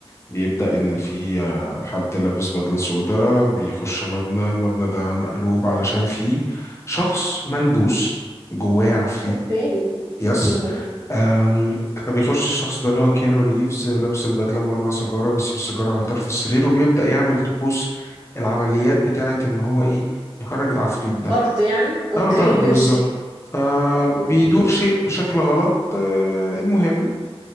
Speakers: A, on the left; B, on the right.
A: بيبدأ إن في آه حد لابس بدلة سودا بيخش مبنى المبنى ده مقلوب علشان فيه شخص ملبوس جواه عفريت
B: اوكي
A: يس
B: مه.
A: أم، فبيخش الشخص ده اللي هو كيانو ريفز آه، لابس البدلة مولع سيجارة بيسيب السيجارة على طرف السرير وبيبدأ يعمل طقوس العمليات بتاعة إن هو إيه يخرج العفريت ده
B: فرد يعني اوكي
A: اه طرد
B: <laughs> ماشي
A: بالظبط فبيدور
B: مه.
A: شيء بشكل غلط آه، المهم